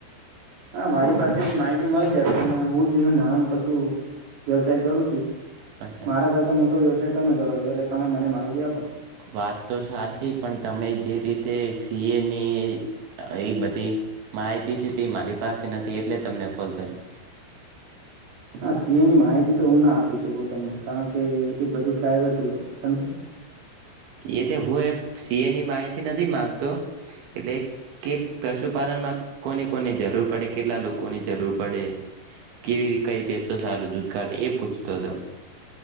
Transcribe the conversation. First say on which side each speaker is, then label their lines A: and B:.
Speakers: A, on the right; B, on the right.
A: હા મારી પાસેથી માહિતી મળી જાય પણ હું જ નાનો પશુ વ્યવસાય કરું છું.
B: અચ્છા
A: મારા કરતા મોટો વ્યવસાય તમે કરો છો એટલે તમે મને માહિતી આપો.
B: વાત તો સાચી પણ તમે જે રીતે સી એની એ બધી માહિતી છે તે મારી પાસે નથી એટલે તમને કોલ કર્યો
A: હા સીએની માહિતી તો હું ના આપી શકું તમને કારણ કે એ બધું પ્રાઈવસી હોય સમજો
B: એટલે હું એ સી એ નથી માહિતી નથી માંગતો એટલે કે પશુપાલનમાં કોની કોની જરૂર પડે કેટલા લોકોની જરૂર પડે કેવી <unintelligible> સારું દૂધ કાળી એ પૂછતાો